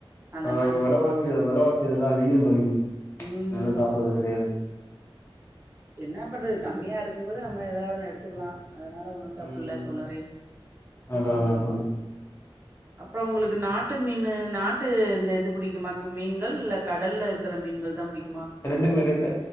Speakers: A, on the right (about 25°); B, on the left (about 25°).
A: அந்த
B: அ
A: மாரி
B: வெலவாசி
A: சொல்லுவாங்க
B: வெலவாசி இதெல்லா அதிகந்தோழி அதனால
A: ம்
B: சாப்பட்றது கெடயாது
A: என்னா பண்றத் கம்மியாருக்கும்போது நம்ம எதாவ் ஒண்ணு எடுத்துக்லா அதனால ஒன்னு தப்பில்ல
B: ம்
A: தோழரே
B: அதா
A: ம்
B: அதா தோழி
A: அப்றோ உங்ளுக் நாட்டு மீனு நாட்டு இந்த இது புடிக்குமாக்கு மீன்கள் இல்ல கடல்ல இருக்ற மீன்கள் தா புடிக்
B: ரெண்டுமே ரெண்டு